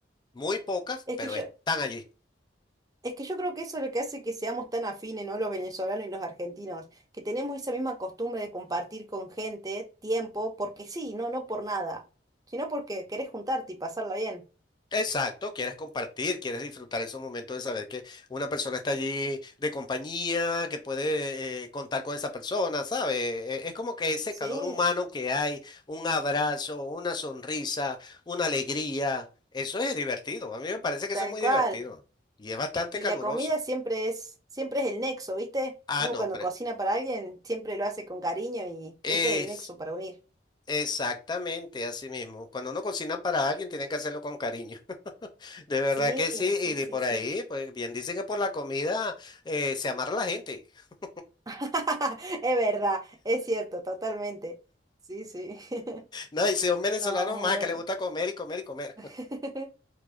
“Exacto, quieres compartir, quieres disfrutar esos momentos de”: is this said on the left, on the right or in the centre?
Left